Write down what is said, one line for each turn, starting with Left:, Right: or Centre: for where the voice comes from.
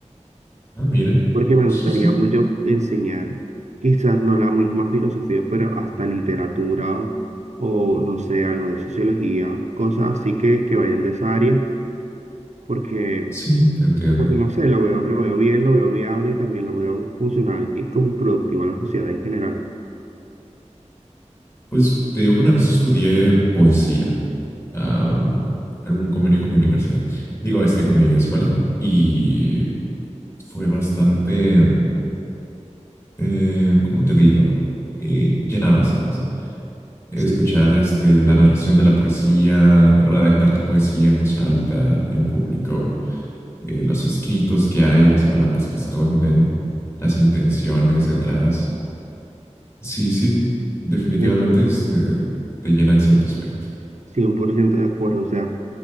Left: Ah, mira.
Right: porque me
Left: Sí,
Right: gustaría
Left: sí.
Right: mucho enseñar, quizás no la misma filosofía, pero hasta literatura o, o, no sé, algo de sociología, cosas así que, que vayan de esa área, porque,
Left: Sí, te entiendo.
Right: porque no sé, lo veo, lo veo bien, lo veo viable y también lo veo funcional y como productivo a la sociedad en general.
Left: Pues te digo que una vez estudié poesía. am, algún convenio con mi universidad. Digo, este con mi escuela. Y fue bastante eh, ¿cómo te digo? Eh, llenaba, ¿sabes? Escuchar
Right: Sí.
Left: este, la narración de la poesía, redactar tu poesía en voz alta, en público, eh, los escritos que hay, las palabras que esconden, las intenciones detrás. Sí, sí, definitivamente
Right: Estoy
Left: este, te llena en cierto aspecto.
Right: 100% de acuerdo, o sea,